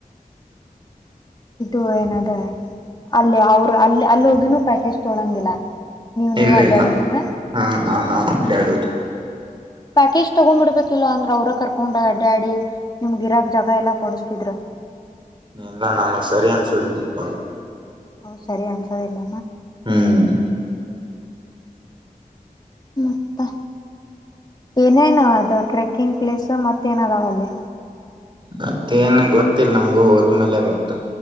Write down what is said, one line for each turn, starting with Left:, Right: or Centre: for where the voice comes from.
Left: ಇದು ಏನದ ಅಲ್ಲಿ ಅವರು ಅಲ್ಲಿ ಅಲ್ಲಿ ಹೋಗನೂ ಪ್ಯಾಕೇಜ್ ತೊಳಂಗಿಲ್ಲ ನೀವು ನೀವು
Right: ಇಲ್ಲ
Left: ಅಡ್ಡಾಡುದನಾ
Right: ಇಲ್ಲ ಹಾ ನಾ ನಾ ಅಡ್ಯಾಡದು
Left: ಪ್ಯಾಕೇಜ್ ತಗೊಂಡ್ಬಿಡ್ಬೇಕ ಇಲ್ ಅಂದ್ರೆ ಅವ್ರ ಕರ್ಕೊಂಡ ಡ್ಯಾಡಿ ನಿಮಗ ಇರಾಕ್ ಜಾಗ ಎಲ್ಲಾ ಕೊಡುಸ್ತಿದ್ರು
Right: ಇಲ್ಲಾ ನಮಗೆ ಸರಿನ ಸುದಪ್ಪ
Left: ಹೌ ಸರಿ ಅನ್ಸೋದಿಲ್ಲ
Right: ಹ್ಮ್
Left: ಮತ್ತೆ ಏನೇನ ಅದು ಟ್ರೆಕ್ಕಿಂಗ್ ಪ್ಲೇಸ್ ಮತ್ತೇನದಾವಲ್ಲೇ
Right: ಮತ್ತೇಏನ್ ಗೊತ್ತಿಲ್ಲ ನಮ್ಗು ಹೋದ್ಮೇಲೆ ಗೊತ್ತ